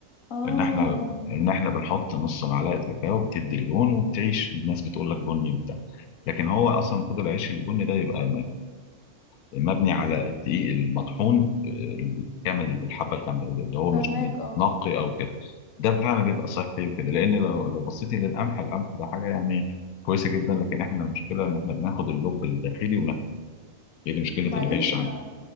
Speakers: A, on the left (about 65°); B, on the left (about 85°).
A: اه
B: ان احنا ان احنا بنحط نص معلقه كاكاو بتدي اللون وبتعيش الناس بتقول لك بني وبتاع لكن هو اصلا المفروض العيش البني ده يبقى مبني على الدقيق المطحون آه، كامل الحبه الكامله اللي هو مش
A: فاهماك
B: متنقي
A: اه
B: او كده ده فعلا بيبقى صحي وكده لان لو لو بصيتي للقمح القمح ده حاجه يعني كويسه جدا لكن احنا المشكله ان احنا بناخد اللب الداخلي وناكل هي دي مشكله
A: وبعدين
B: العيش
A: احنا
B: عندنا